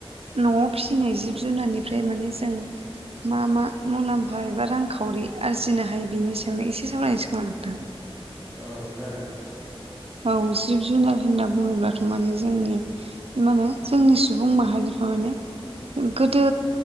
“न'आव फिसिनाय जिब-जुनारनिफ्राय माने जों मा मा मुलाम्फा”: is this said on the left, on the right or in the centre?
Right